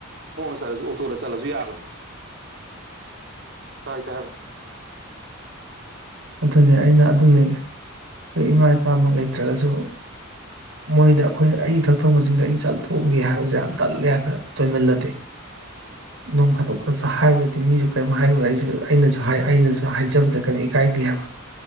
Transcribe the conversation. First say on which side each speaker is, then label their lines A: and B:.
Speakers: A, on the right; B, on the right.
A: ꯀꯣꯟꯅ ꯆꯠꯂꯁꯨ ꯑꯣꯛꯇꯣꯗ ꯆꯠꯂꯁꯨ ꯌꯥꯕꯅꯤ ꯇꯔꯤꯛꯇ ꯍꯥꯏꯔꯣ
B: ꯑꯗꯨꯅꯤ ꯑꯩꯅ ꯑꯗꯨꯅꯤ ꯑꯩꯈꯣꯏ ꯏꯃꯥ ꯏꯄꯥꯃꯛ ꯂꯩꯇ꯭ꯔꯒꯁꯨ ꯃꯣꯏꯗ ꯑꯩꯈꯣꯏ ꯑꯩ ꯊꯛ ꯊꯣꯡꯕꯁꯤꯡꯗ ꯑꯩꯅ ꯆꯠꯊꯣꯛꯎꯒꯦ ꯍꯥꯏꯕꯁꯦ ꯌꯥꯝ ꯇꯜꯂꯦ ꯍꯥꯏꯕ ꯇꯣꯏꯃꯜꯂꯗꯤ
A: ꯎꯝ
B: ꯅꯣꯡ ꯐꯥꯗꯣꯛ ꯍꯥꯏꯕꯗꯗꯤ ꯃꯤꯁꯨ ꯀꯔꯤꯝ ꯍꯥꯏꯔꯨ ꯑꯩꯁꯨ ꯑꯩꯅꯁꯨ ꯍꯥꯏ ꯑꯩꯅꯁꯨ ꯍꯥꯏꯖꯕꯗ ꯀꯔꯤꯝ ꯀꯥꯏꯗꯦ ꯍꯥꯏꯕ